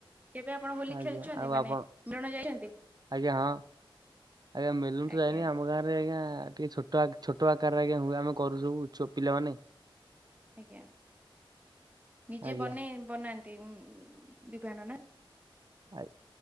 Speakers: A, on the right; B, on the right.
A: କେବେ ଆପଣ ହୋଲି
B: ଆଜ୍ଞା
A: ଖେଳୁଛନ୍ତି
B: ଆଉ
A: ମାନେ
B: ଆପଣ
A: ମେଲଣ ଯାଇଛନ୍ତି?
B: ଆଜ୍ଞା ହଁ। ଆଜ୍ଞା ମେଲଣ
A: ଆଜ୍ଞା
B: କୁ ତ ଯାଇନି ଆମ ଗାଁରେ ଆଜ୍ଞା ଟିକେ ଛୋ ଟ ଛୋଟ ଆକାରେ ଆଜ୍ଞା ହୁଏ ଆମେ କରୁ ସବୁ ପିଲାମାନେ।
A: ଆଜ୍ଞା ନିଜେ
B: ଆଜ୍ଞା
A: ବନେଇ ବନାନ୍ତି ବିଭାନ ନା?
B: ଆ